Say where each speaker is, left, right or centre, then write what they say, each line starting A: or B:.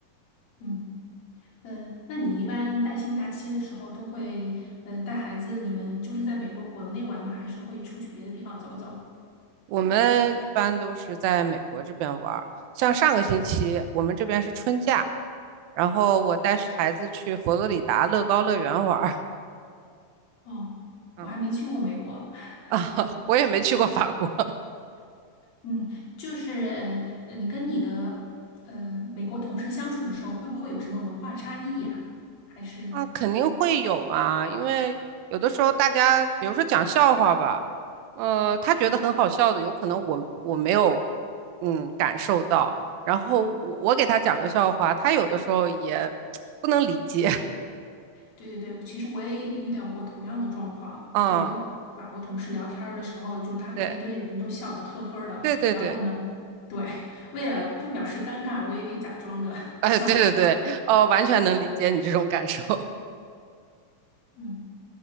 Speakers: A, on the left (about 80°); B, on the right (about 85°).
A: 嗯嗯，那你一般带薪假期的时候都会呃带孩子，你们就是在美国国内玩吗？还是会出去别的地方走走？
B: 我们一般都是在美国这边玩儿，像上个星期我们这边是春假，然后我带孩子去佛罗里达乐高乐园玩儿。
A: 哦，
B: <laughs>
A: 我还没去过美国。<laughs>
B: 啊，<laughs> 我也没去过法国
A: 嗯，就是呃，呃你跟你的呃美国同事相处的时候，会不会有什么文化差异呀？还是？
B: 啊，肯定会有啊，因为有的时候大家，比如说讲笑话吧，呃，他觉得很好笑的，有可能我我没有，嗯，感受到，然后我我给他讲个笑话，他有的时候也不能理解
A: 对对对，其实我也遇到过同样的状况，
B: <laughs>，
A: 就是跟法国同事聊天儿的时候，
B: 啊，
A: 就是他们一堆人都笑得呵呵的，
B: 对对对对，
A: 然后呢，对，<laughs> 为了不表示尴尬，我也给假装的
B: 哎，
A: <laughs> 笑一下。
B: 对对对，呃，完全能理解你这种感受。
A: 嗯